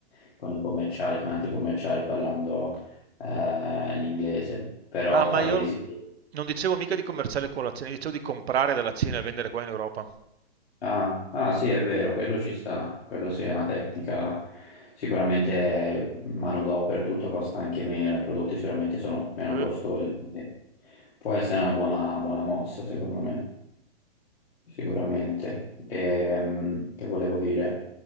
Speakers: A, on the left; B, on the right.
A: eh, con i commerciali, con altri commerciali parlando eh, l'inglese, però
B: Ah, ma
A: paesi
B: io non dicevo mica di commerciale con la Cina, dicevo di comprare dalla Cina e vendere qua in Europa.
A: Ah, ah, sì, è vero, quello ci sta, quello sì è una tecnica, sicuramente manodopera e tutto costa anche meno, i prodotti sicuramente sono meno
B: Eh.
A: costosi, quindi può essere una buona, buona mossa secondo me, sicuramente. Ehm, che volevo dire?